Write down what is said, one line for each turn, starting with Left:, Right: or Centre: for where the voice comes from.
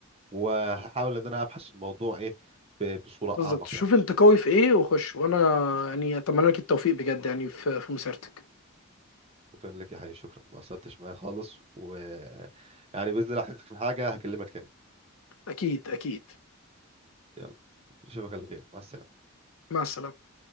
Right: وهحاول ان انا ابحث الموضوع ايه ب- بصوره
Left: بالظبط
Right: اعمق
Left: شوف
Right: يعني
Left: انت قوي في ايه وخش وانا يعني اتمنى لك التوفيق بجد يعني في في مسيرتك
Right: بتقول لك يا حي شكرا ما قصرتش معايا خالص و يعني باذن الله احتاجتك في حاجه هكلمك تاني
Left: اكيد اكيد
Right: يلا اشوفك على خير مع السلامه
Left: مع السلامه